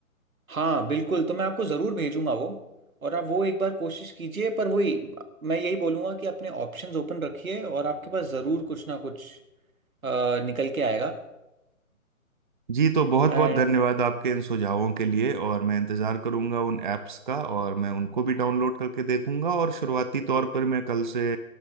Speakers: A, on the right (about 70°); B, on the right (about 35°).
A: हाँ बिल्कुल तो मैं आपको ज़रूर भेजूंगा वो और आप वो एक बार कोशिश कीजिए पर वही मैं यही बोलूँगा कि अपने ऑप्शंस ओपन रखिए और आपके पास ज़रूर कुछ ना कुछ अ, निकल के आएगा
B: जी तो बहुत
A: एंड
B: बहुत धन्यवाद आपके इन सुझावों के लिए और मैं इंतज़ार करूंगा उन ऐप्स का और मैं उनको भी डाउनलोड करके देखूंगा और शुरुआती तौर पर मैं कल से